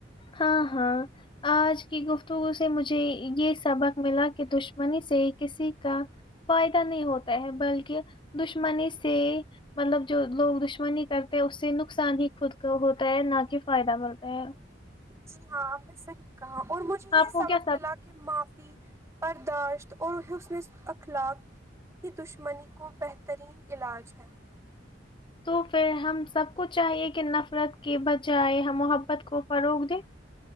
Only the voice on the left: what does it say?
ہاں ہاں اج کی گفتگو سے مجھے یہ سبق ملا کہ دشمنی سے کسی کا فائدہ نہیں ہوتا ہے بلکہ دشمنی سے مطلب جو لوگ دشمنی کرتے ہیں اس سے نقصان ہی خود کو ہوتا ہے نہ کہ فائدہ ہوتا ہے
آپ کو
کیا
تو پھر ہم سب کو چاہیے کہ نفرت کے بجائے ہم محبت کو فروغ دے